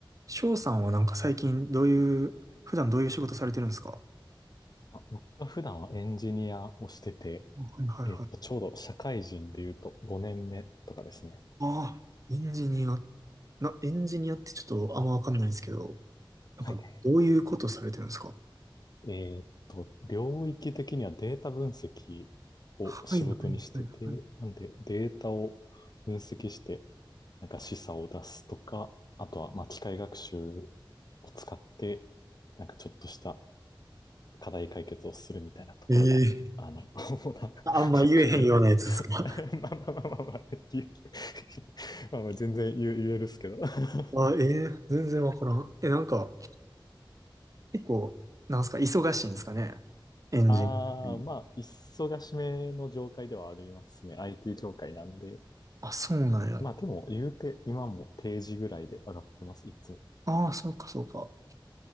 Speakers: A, on the right (about 40°); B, on the left (about 50°).
A: 翔さんはなんか最近どういう、普段どういう仕事されてるんですか
B: あ僕は普段はエンジニアをしてて、
A: はいはいはい。
B: えっと、ちょうど社会人で言うと5年目とかですね。
A: ああ、エンジニア、な、エンジニアってちょっとあんまわかんないですけど、なんかどういうことされてるんですか
B: はい。えっと、領域的にはデータ分析を仕事にしてて、
A: はいはいはいはい。
B: なんでデータを分析して、なんか示唆を出すとか、あとは、まあ、機械学習を使って、なんかちょっとした課題解決をするみたいなところが、
A: ええー
B: あの、主な役割。
A: あんま言えへんようなやつですか <laughs>
B: <laughs> まあまあまあまあまあ、<laughs> まあまあ全然言え言えるっすけど。<laughs>
A: あ、ええー全然わからん。え、なんか結構、なんすか、忙しいんですかねエンジンって。
B: ああ、まあ、忙しめの業界ではありますね。IT 業界なんで。
A: あ、そうなんや。
B: まあでも、言うて、今も定時ぐらいで上がってます、いつも。
A: ああ、そうかそうか。